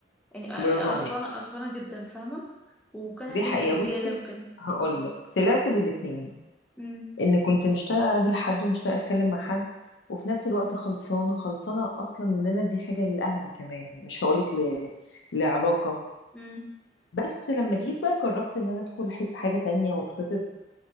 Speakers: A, in the centre; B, on the left (about 90°).
A: يعني
B: برافو
A: قرفانه
B: عليك
A: قرفانه جدا فاهمه وكانها
B: دي
A: كل
B: حقيقة
A: الرجاله
B: بصي
A: وكده
B: هقولك طلعت بالاتنين
A: امم
B: إن كنت مشتاقة أقابل حد ومشتاقة أتكلم مع حد وفي نفس الوقت خلصانة خلصانة أصلا إن أنا دي حاجة لأهلي كمان مش هقولك ل... لعلاقة
A: امم
B: بس لما جيت بقى جربت إن أنا أدخل حت- حاجة تانية واتخطب